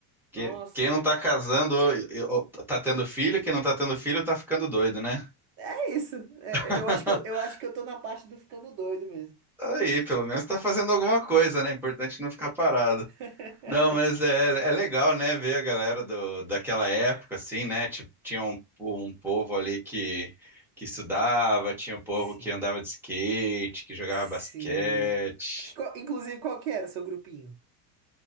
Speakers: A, in the centre; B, on the right.
A: Que-
B: Nossa.
A: Quem não tá casando ou- ou tá tendo filho, quem não tá tendo filho tá ficando doido, né?
B: É isso. É,
A: <laughs>
B: eu acho que eu, eu acho que eu tô na parte do ficando doido mesmo.
A: Aí, pelo menos tá fazendo alguma coisa, né? Importante não ficar parado.
B: <laughs>
A: Não, mas é, é legal, né, ver a galera do, daquela época, assim, né? Tipo, tinha um, um povo ali que, que estudava, tinha um povo
B: Sim.
A: que andava de skate, que jogava
B: Se...
A: basquete.
B: Qual- Inclusive, qual que era o seu grupinho?